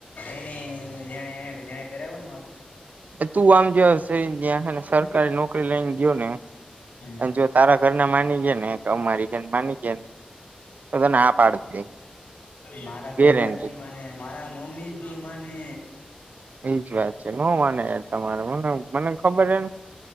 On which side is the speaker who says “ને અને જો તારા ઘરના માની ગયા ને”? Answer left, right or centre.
Right